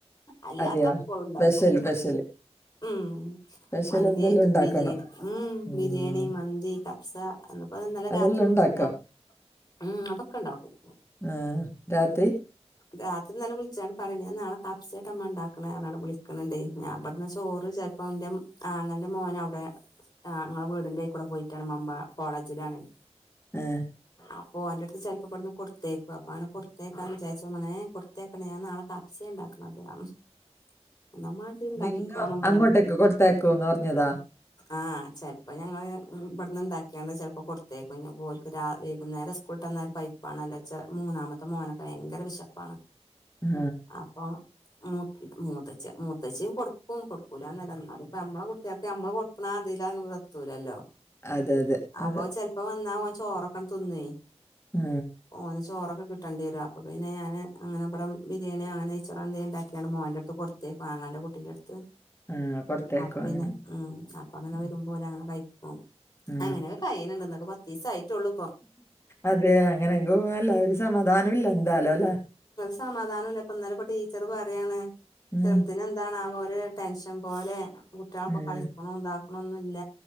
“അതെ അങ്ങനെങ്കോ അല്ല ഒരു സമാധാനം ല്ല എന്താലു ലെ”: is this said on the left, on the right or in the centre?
Left